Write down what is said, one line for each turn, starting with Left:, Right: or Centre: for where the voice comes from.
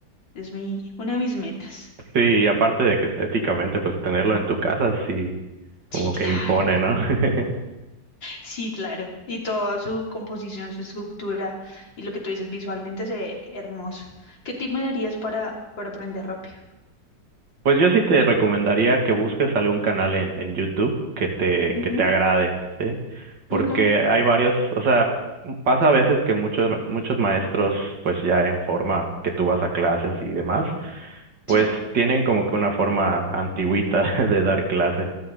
Left: es mi, una de mis metas.
Right: Sí, y aparte de que estéticamente pues tenerlo en tu casa sí como
Left: Sí, claro.
Right: que impone, ¿no? <laughs>
Left: Sí, claro. Y toda su composición, su estructura y lo que tú dices visualmente se ve hermoso. ¿Qué tip me darías para, para aprender rápido?
Right: Pues yo sí te recomendaría que busques algún canal en, en YouTube que te,
Left: Ujú,
Right: que te agrade, ¿sí? Porque
Left: Ok.
Right: hay varios, o sea, m- pasa a veces que muchos, ma- muchos maestros, pues ya en forma que tú vas a clases y demás, pues
Left: Sí.
Right: tienen como que una forma antigüita <laughs> de dar clase.